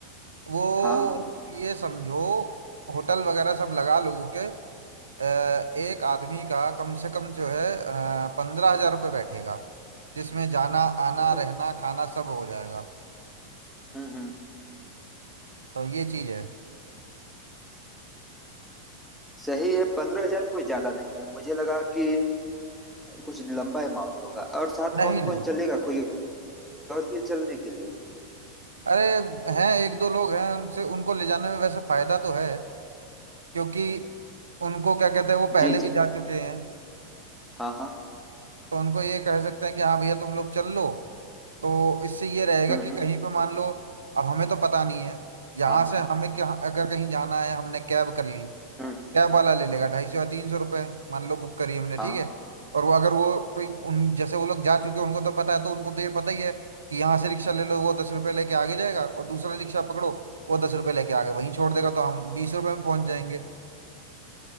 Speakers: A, on the right; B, in the centre.
A: वो
B: हाँ हाँ
A: ये समझो होटल वगैरह सब लगा लोगों के अ, एक आदमी का कम से कम जो है पंद्रह हजार रुपये बैठेगा जिसमें जाना आना
B: ओ
A: रहना खाना सब हो जाएगा
B: हम्म हम्म
A: तो ये चीज है
B: सही है पंद्रह हजार कोई ज्यादा नहीं है मुझे लगा कि कुछ लंबा अमाउंट होगा और साथ
A: नहीं
B: कौन
A: नहीं
B: कौन चलेगा कोई और भी है चलने के लिए
A: अरे हैं एक दो लोग हैं उनसे उनको ले जाने में वैसे फायदा तो है क्योंकि उनको क्या कहते हैं वो पहले
B: जी
A: भी
B: जी
A: जा चुके हैं
B: हाँ हाँ
A: तो उनको ये कह सकते हैं कि हाँ भैया तुम लोग चल लो तो इससे ये रहेगा
B: हम्म
A: कि
B: हम्म
A: कहीं पे मान लो अब हमें तो पता नहीं है यहाँ
B: हाँ
A: से हमें क्या अगर कहीं जाना है हमने कैब कर ली
B: हम्म
A: कैब वाला ले लेगा ढाई सौ या तीन सौ रुपये मान लो बुक करी हमने
B: हाँ
A: ठीक है और वो अगर वो कोई उन जैसे वो लोग जा चुके हैं उनको तो पता है तो उनको तो ये पता ही है कि यहाँ से रिक्शा ले लो वो दस रुपये लेके आगे जाएगा और दूसरा रिक्शा पकड़ो वो दस रुपये लेके आगे वहीं छोड़ देगा तो हम बीस रुपये में पहुंच जाएंगे